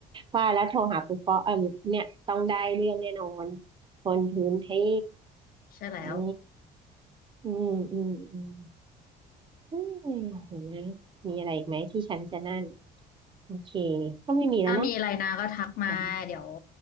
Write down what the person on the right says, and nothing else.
ว่าแล้วโทรหาปุ๊ปปอเออเนี่ยต้องได้เรื่องแน่นอนคนพื้นที่
นี่ อืมอืมอืมเฮ้ยเห็นนะมมีอะไรอีกไหมที่ฉันจะนั่นโอเคก็ไม่มีแล้วเนาะ
เดี๋ยว